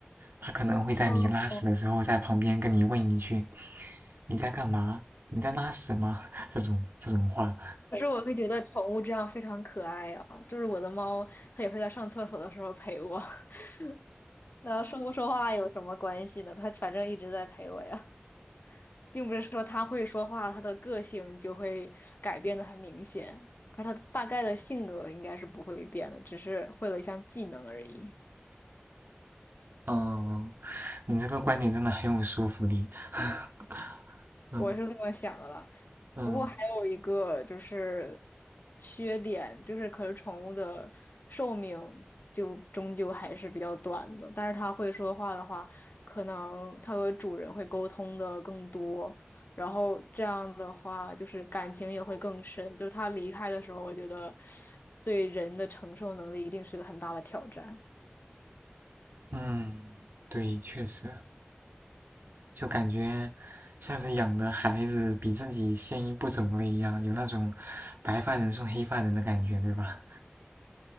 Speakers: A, on the right (about 60°); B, on the left (about 55°).
A: 他可能会在你拉屎的时候，
B: 嗯，哦，
A: 在旁边跟你问一句：“你在干嘛？你在拉屎吗？”这种这种话。
B: 可是我会觉得宠物这样非常可爱啊，就是我的猫，它也会在上厕所的时候陪我。<laughs> 那说不说话有什么关系呢？它反正一直在陪我呀，并不是说它会说话，它的个性就会改变的很明显，而它大概的性格应该是不会变的，只是会了一项技能而已。
A: 嗯，你这个观点真的很有说服力。<laughs> 嗯
B: 我是这么想的啦。
A: 嗯
B: 不过还有一个就是缺点，就是可是宠物的寿命就终究还是比较短的。但是它会说话的话，可能它和主人会沟通的更多，然后这样的话就是感情也会更深。就是它离开的时候，我觉得对人的承受能力一定是个很大的挑战。
A: 嗯，对，确实，就感觉像是养的孩子比自己先一步走了一样，有那种白发人送黑发人的感觉，对吧？